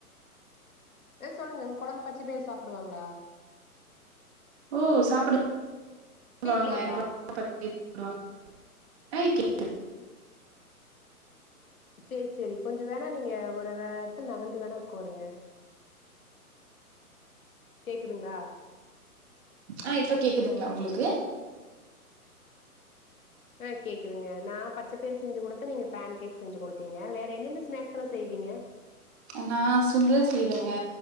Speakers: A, on the left; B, on the right.
A: அ சொல்லுங்க உங்க கொழந்த பச்ச பயிறு சாப்டுவாங்களா
B: ம் சாப்புடு
A: கேக்கலீங்களா
B: வாங்க என் <unintelligible> <unintelligible>
A: செ செரி கொஞ்ச வேணா நீங்க ஒரு வேற எடத்துல நகந்து வேணா உட்காருங்க கேக்குதுங்களா
B: ஆ இப்ப கேக்குதுங்களா உங்களுக்கு
A: ஆ கேக்குதுங்க நா பச்ச பயிறு செஞ்சு குடுத்தா நீங்க பேன் கேக் செஞ்சு குடுத்தீங்க வேற என்னென்ன ஸ்நாக்ஸ்ல்லா செய்வீங்க
B: நா சுன்டல் செய்வேங்க